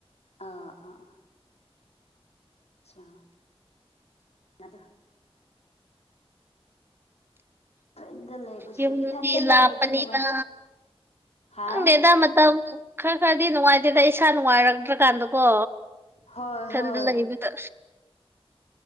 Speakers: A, on the left (about 85°); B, on the right (about 20°).
A: ꯑꯥ ꯑꯥ ꯑꯥ ꯑꯁꯥ <unintelligible> ꯐ꯭ꯔꯦꯟꯗ ꯂꯩꯕꯁꯨ
B: ꯌꯨꯝ
A: ꯏꯊꯟꯇ ꯂꯩꯕꯗꯤ
B: ꯂꯥꯞꯄꯅꯤꯗ
A: ꯅꯨꯡꯉꯥꯏ ꯍꯥ
B: ꯈꯪꯗꯦꯗ ꯃꯇꯧ ꯈꯔ ꯈꯔꯗꯤ ꯅꯨꯡꯉꯥꯏꯇꯦꯗ ꯏꯁꯥ ꯅꯨꯡꯉꯥꯏꯔꯛꯇ꯭ꯔꯀꯥꯟꯗꯀꯣ
A: ꯍꯣꯏ
B: ꯏꯊꯟꯗ
A: ꯍꯣꯏ
B: ꯂꯩꯕꯗ